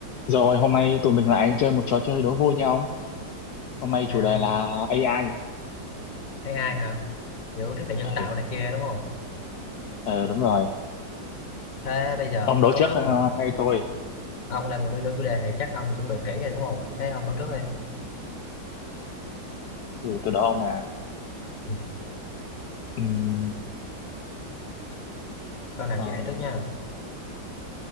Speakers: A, on the left (about 65°); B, on the left (about 30°).
A: Rồi hôm nay tụi mình lại chơi một trò chơi đố vui nha ông. Hôm nay
B: Thấy
A: chủ đề
B: không?
A: là AI.
B: Thấy ai hả? Kiểu trí tuệ nhân
A: Ờ,
B: tạo này kia đúng không?
A: ờ đúng rồi.
B: Thế bây giờ ông
A: Ông
B: muốn
A: đố
B: đấu
A: trước
B: trước
A: ờ,
B: hả?
A: hay tôi?
B: Ông là người đưa đôi chủ đề thì chắc ông chuẩn bị kỹ rồi đúng không? Thế ông đấu trước đi.
A: Ừ, tôi đố ông là
B: Ừ.
A: ừm,
B: Câu nào
A: ờ,
B: dễ trước nha.